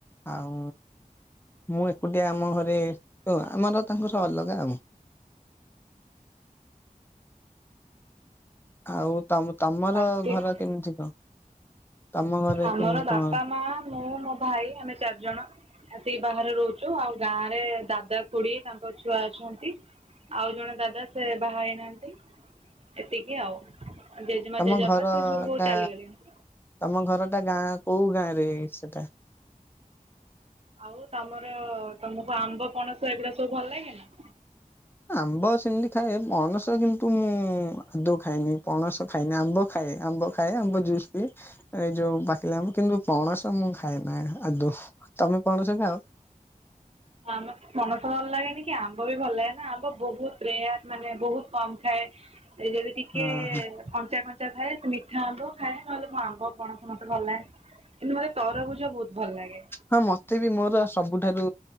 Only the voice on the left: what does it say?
ଆଉ ମୁଁ ଏକୁଟିଆ ଆମ ଘରେ ଆମର ତାଙ୍କର ଅଲଗା ଆଉ। ଆଉ ତମ ତମର
ଘର କେମିତି କଣ? ତମ ଘରେ
କେମିତି
କଣ
ତମ
ଘର
ଟା
ତମ ଘରଟା ଗାଁ କୋଉ ଗାଁରେ ସେଟା।
ଆମ୍ବ ସେମିତି ଖାଏ ପଣସ କିନ୍ତୁ ମୁଁ ଆଦୌ ଖାଇଏନି ପଣସ ଖାଇନି। ଆମ୍ବ ଖାଏ ଆମ୍ବ ଖାଏ ଆମ୍ବ ଜୁସ୍ ପିଏ। ଏଇ ଯୋଉ ପାକିଲା ଆମ୍ବ କିନ୍ତୁ ପଣସ ମୁଁ ଖାଇଏନା ନାହିଁ ଆଦୌ ତମେ ପଣସ ଖାଅ।
ହଁ ହଁ
ହଁ ମତେ ବି ମୋର ସବୁଠାରୁ